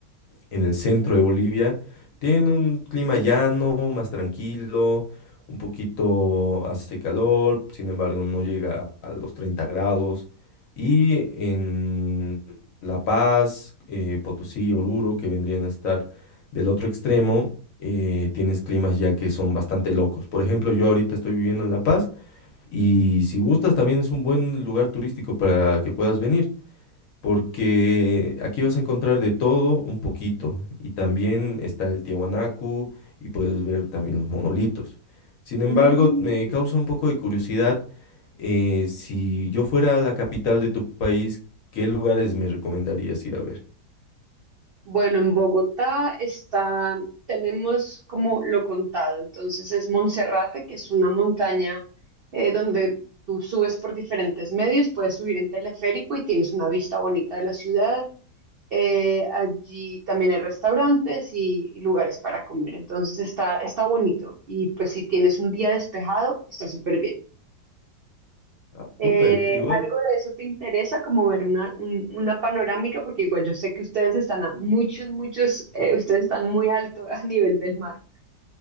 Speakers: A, on the left (about 60°); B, on the right (about 90°).
A: en el centro de Bolivia, tienen un clima llano, más tranquilo, un poquito hace calor, sin embargo no llega a los 30 grados. Y en La Paz, eh, Potosí y Oruro, que vendrían a estar del otro extremo, eh, tienes climas ya que son bastante locos. Por ejemplo, yo ahorita estoy viviendo en La Paz y si gustas también es un buen lugar turístico para que puedas venir porque aquí vas a encontrar de todo un poquito y también está el Tiahuanacu y puedes ver también los monolitos. Sin embargo,
B: Mm.
A: me causa un poco de curiosidad, eh, si yo fuera a la capital de tu país, ¿qué lugares me recomendarías ir a ver?
B: Bueno, en Bogotá está, tenemos como lo contado, entonces es Monserrate, que es una montaña eh, donde tú subes por diferentes medios, puedes subir en teleférico y tienes una vista bonita de la ciudad. Eh, allí también hay restaurantes y, y lugares para comer, entonces está, está bonito y pues si tienes un día despejado, está súper bien.
A: Ah,
B: Eh,
A: súper, igual.
B: ¿algo de eso te interesa, como ver una, un- una panorámica? Porque igual yo sé que ustedes están a muchos, muchos, eh, ustedes están muy alto <laughs> a nivel del mar.